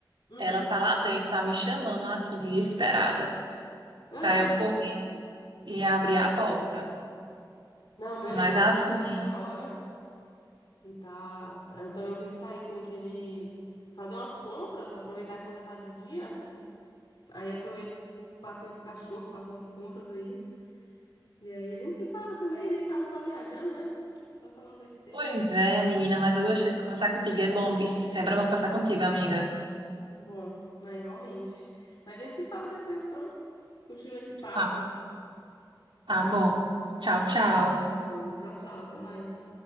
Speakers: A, on the left; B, on the right.
A: Uhum,
B: ela tá lá dentro, tá me chamando aqui, desesperada,
A: aham.
B: pra eu correr e abrir a porta.
A: Não, beleza,
B: Mas assim,
A: eu tô olhando aqui a hora e tá. Eu também tenho que sair, tenho que ele fazer umas compras, aproveitar que ainda tá de dia. Aí aproveito, passeio com o cachorro, faço umas compras aí. E aí a gente se fala também, a gente tava só viajando, né? Só falando besteira.
B: pois é, menina, mas eu gostei de conversar contigo. É bom, viu? sempre é bom conversar contigo, amiga.
A: Bom, bom, não, igualmente. Mas a gente se fala depois, então. Continua esse papo.
B: Tá, tá bom. Tchau, tchau.
A: Bom, tchau, tchau, até mais.